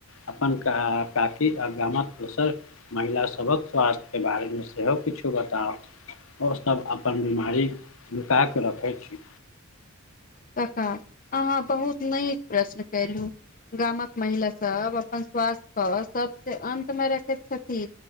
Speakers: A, on the left; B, on the left.
A: अपन का बाकी आ गामक दोसर महिला सभक स्वास्थ्यके बारेमे सेहो किछु बताउ। ओ सभ अपन बिमारी नुका कऽ रखै छी।
B: कक्का, अहाँ बहुत नीक प्रश्न केलहुं। गामक महिला सब अपन स्वास्थ्य के सबसँ अन्त मे रखैत छथि।